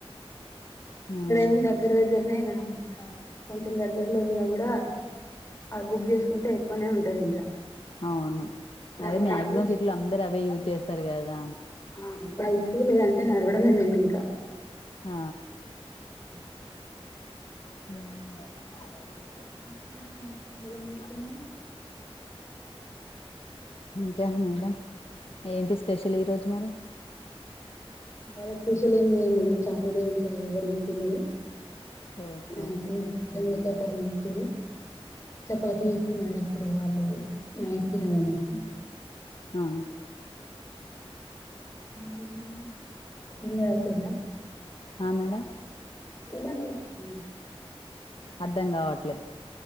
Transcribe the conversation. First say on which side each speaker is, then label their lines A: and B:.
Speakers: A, on the left; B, on the left.
A: ఆ
B: ఇే దగ్గర దగ్గర అ కొంచెం దగ్గరలో ఉన్నా కూడా బుక్ అ చేసుకుంటే ఎక్కువనే ఉంటది ఇంకా
A: అవును
B: నడు
A: అదే మాయాక్సిమం
B: నడవచ్చు
A: సిటీలో అందరు అవే యూజ్ చేస్తారు కదా
B: అ బైక్స్ లేదంటే నడవడమే మేమి ఇంకా
A: ఆ
B: అ
A: ఉమ్ దూ నేను
B: ఇంకా మేడం మీరు పిల్లలు ఏం చేస్తున్నారు
A: వాళ్ల దగ్గరికి ఇంకా మేడం ఏంటి స్పెషల్ ఈరోజు మరి
B: బా స్పెషల్ అయింది మేడం చాటర్డే ఇంట్ ఎవరు ఏ తిన్నారు
A: ఓకే
B: అ బెండకాయ్ కర్రీ <unintelligible> చపాతీ చేస్తున్నారు ఇప్పుడు వాళ్ళు నైట్ తిన్నారా <unintelligible>
A: ఆ
B: మేడ నిల్ అయితుంద
A: ఆ మేడం
B: <unintelligible>
A: అర్ధం కావట్లే